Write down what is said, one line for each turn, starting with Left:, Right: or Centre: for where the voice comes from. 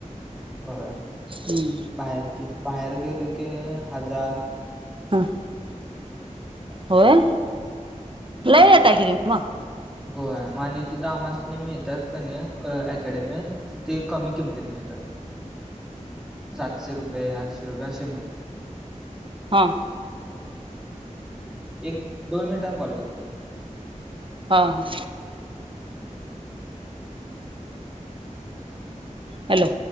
Centre: होयं
Right: हम्मं
Centre: बाहेरचे बाहेर गेले की हजांर
Right: हं होयं लंय येतां गीरीस मगं
Centre: होयं आणि आणि ते तमांसने मिळतांत की अकॅडमीत ते कमी किमतीत मिळतातं सातशे रुपये आठशे रुपये असे मिळतातं.
Right: हां
Centre: हं एक दोन मिनटांन कॉल करतो
Right: हां हां हॅलो